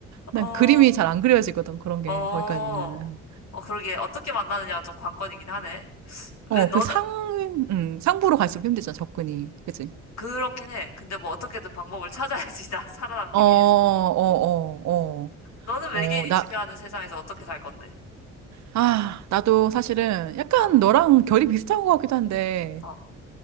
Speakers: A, on the left; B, on the right.
A: 어,
B: 난 그림이 잘 안 그려지거든, 그런 게,
A: 어,
B: 거기까지는.
A: 어, 그러게. 어떻게 만나느냐가 좀 관건이긴 하네.
B: 어,
A: 왜 너는
B: 그 상, 음, 상부로 갈수록 힘들잖아, 접근이. 그치?
A: 그렇긴 해. 근데 뭐 어떻게든 방법을 찾아야지, <laughs> 나 살아남기
B: 어, 어, 어,
A: 위해서. 너는 외계인이
B: 어. 어, 나,
A: 지배하는 세상에서 어떻게 살 건데?
B: 아, 나도 사실은 약간
A: 어,
B: 너랑 결이 비슷한 것 같기도 한데,
A: 어,